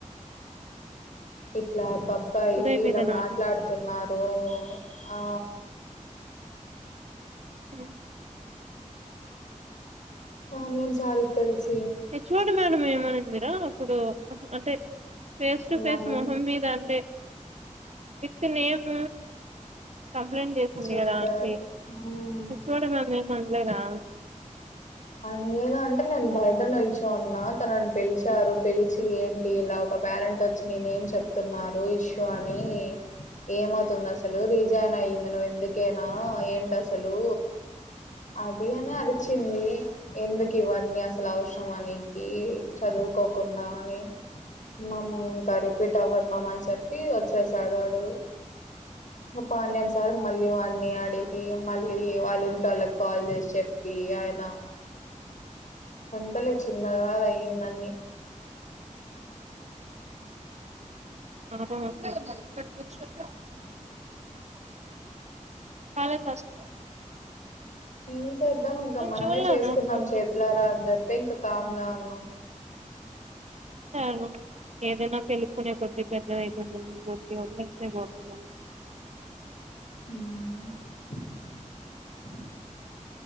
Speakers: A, on the left; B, on the right.
A: ఇట్లా ఒక అబ్బాయి
B: ఉదయం
A: ఇలా
B: ఇదేనా
A: మాట్లాడుతున్నారు ఆ
B: మ్
A: పానీయన్ సార్ కి తెల్సి
B: హెచ్ ఓ డి మేడం ఏమనింది రా అప్పుడు అంటే ఫేస్ టు
A: నన్ను
B: ఫేస్ మొహం మీద అంటే విత్ నేమ్ కంప్లైంట్ చేసింది
A: చెప్పారు
B: కదా ఆంటీ
A: మ్మ్.
B: హెచ్ ఓ డి మేడం ఏం అనలేదా
A: అనలేద అంటే నేను బయట నిలిచున్న తనని పిలిచారు పిలిచి ఏంటి ఇలా ఒక పేరెంట్ వచ్చి ని నేమ్ చెప్తున్నారు ఇష్యూ అని ఏమవుతుంది అసలు రీజాయిన్ అయింది నువ్వు ఎందుకేనా ఏంటి అసలు అది అని అరిచింది ఎందుకు ఇవన్నీ అసలు అవసరమా నీకి చదువుకోకుండా అని మామ్ ఇంకా రిపీట్ అవ్వదు మామ్ అని చెప్పి వచ్చేసాడు వాడు పానీయన్ సార్ మళ్లీ వాన్నీ అడి గి మళ్లీ వాళ్ల ఇంటోళ్ల కి కాల్ చేసి చెప్పి ఆయన అంతలు చిన్నగాదయ్యిందన్ని
B: <inaudible> చాల కష్ట
A: ఏం చేద్దాం ఇంకా మనమే
B: చూడలేదా
A: చేసుకున్నాం
B: అసలు
A: చేతులారా అని చెప్పి ఇంకా కామ్గా ఉన్నాం
B: <inaudible> ఏదైనా తెలుపుకునే కొది పెద్దది అవుతుందం గురికిలేస్తే పోతుందండి
A: ఉమ్